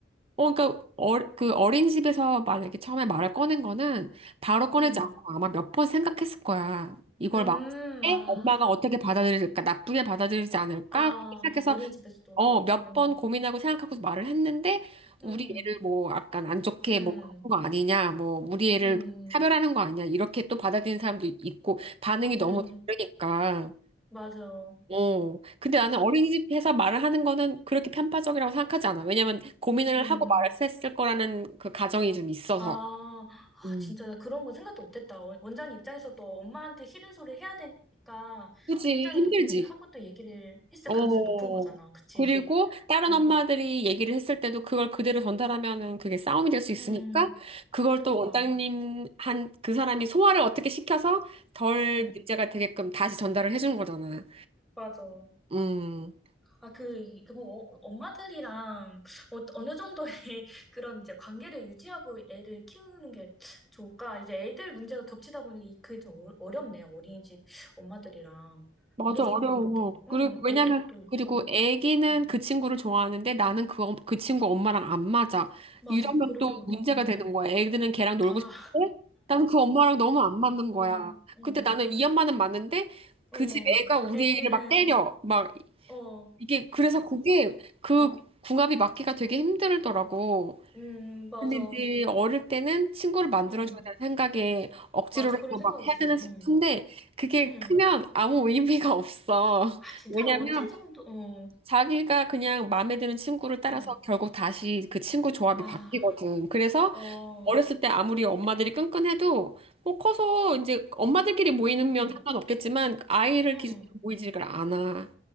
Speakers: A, on the right; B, in the centre.
A: 어, 그러니까, 어, 그 어린이집에서 만약에 처음에 말을 꺼낸 거는 바로 꺼내지
B: 응.
A: 않고 아마 몇 번 생각했을 거야. 이걸
B: 음,
A: 막 때
B: 아,
A: 엄마가 어떻게 받아들일까? 나쁘게 받아들이지 않을까?
B: 아,
A: 그렇게 생각해서
B: 어린이집에서도,
A: 어, 몇
B: 어,
A: 번 고민하고 생각하고 말을 했는데,
B: 음,
A: 우리 애를 뭐, 약간 안 좋게
B: 음,
A: 뭐, 하거 아니냐, 뭐, 우리 애를
B: 음,
A: 차별하는 거 아니냐, 이렇게 또 받아들이는 사람도 있고, 반응이 너무
B: 음,
A: 다르니까.
B: 맞아.
A: 어, 근데
B: 아,
A: 나는 어린이집에서 말을 하는 거는 그렇게 편파적이라고 생각하지 않아. 왜냐면 고민을
B: 음,
A: 하고 말을 했을 거라는 그 가정이 좀 있어서.
B: 아, 아,
A: 음.
B: 진짜 나 그런 건 생각도 못했다. 원- 원장님 입장에서 또 엄마한테 싫은 소리를 해야 되니까
A: 그지,
B: 굉장히
A: 힘들지.
B: 또 고민을 하고 또 얘기를 했을
A: 어.
B: 가능성이 높은 거잖아. 그치?
A: 그리고 다른
B: 음,
A: 엄마들이 얘기를 했을 때도 그걸 그대로 전달하면은 그게 싸움이 될 수 있으니까
B: 음,
A: 그걸
B: 그니까,
A: 또 원장님 한 그 사람이 소화를 어떻게 시켜서 덜
B: 응
A: 문제가 되게끔 다시 전달을 해준 거잖아.
B: 맞아.
A: 음.
B: 아, 그, 이거, 어- 엄마들이랑 어, 어느 정도의 <laughs> 그런 이제 관계를 유지하고 애를 키우는 게 좋을까? 이제 애들 문제가 겹치다 보니 이- 그게 좀 어- 어렵네요. 어린이집 엄마들이랑
A: 맞아,
B: 어느 정도로
A: 어려워.
B: 돼. 응,
A: 그리고, 왜냐면,
B: 애기도 있고
A: 그리고
B: 하니까.
A: 애기는
B: 응.
A: 그 친구를 좋아하는데 나는 그, 엄- 그 친구 엄마랑 안 맞아.
B: 맞아,
A: 이러면
B: 그런
A: 또
B: 경우도.
A: 문제가
B: 응.
A: 되는 거야. 애들은 걔랑 놀고
B: 아,
A: 싶은데 나는 그 엄마랑 너무 안 맞는
B: 어,
A: 거야.
B: 응,
A: 근데 나는 이 엄마는 맞는데 그
B: 어,
A: 집 애가 우리
B: 애기는,
A: 애를 막 때려. 막,
B: 어, 어,
A: 이게, 그래서 그게 그 궁합이 맞기가 되게 힘들더라고.
B: 음, 맞아.
A: 근데 이제 어릴 때는 친구를 만들어줘야
B: 음
A: 되는 생각에 억지로라도
B: 맞아. 그런 생각이
A: 막 해야
B: 있어.
A: 되는 싶은데
B: 음
A: 그게
B: 음
A: 크면 아무 의미가 없어. <laughs>
B: 아, 진짜
A: 왜냐면
B: 한 언제 정도, 어,
A: 자기가 그냥 마음에 드는 친구를 따라서
B: 음
A: 결국 다시 그 친구 조합이
B: 아.
A: 바뀌거든. 그래서
B: 어,
A: 어렸을 때 아무리 엄마들이 끈끈해도 뭐 커서 이제 엄마들끼리 모이면
B: 응,
A: 상관없겠지만 아이를
B: 응.
A: 기준으로 모이지를 않아.